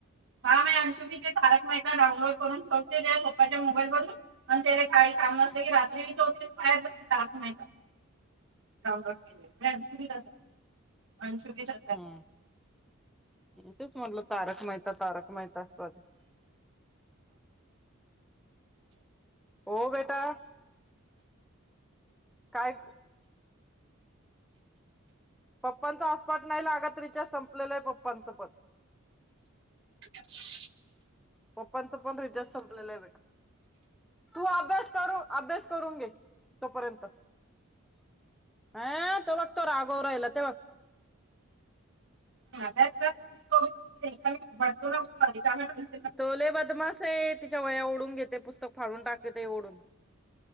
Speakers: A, on the right; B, in the centre.
A: हा म अंशुीचे ारक महिता डाऊनलोड करून ठेवते त्या सोपाच्या मोबाईल वरून आणि त्याला काही काम नसते की रात्री ठेवतेहेर काळखम का डाउनलोड केले अंशुभी तसा
B: हम् तेच म्हटलं तारक मेहता तारक मेहता असतात
A: तर
B: हो बेटा काय पप्पांचा हसपाट नाही लागात रिच्या संपलेलं आहे पप्पांचं पत
A: <inaudible>
B: पप्पांच पण रिचाज संपलेलं आहे भेट तू अभ्यास करू अभ्यास करून घे तोपर्यंत ह तेघ तो रागा राहिला तेव्हा
A: <unintelligible> नको.
B: चले बदमास आहे तिच्या वया ओढून घेते पुस्तक फाडून टाकेत ओढून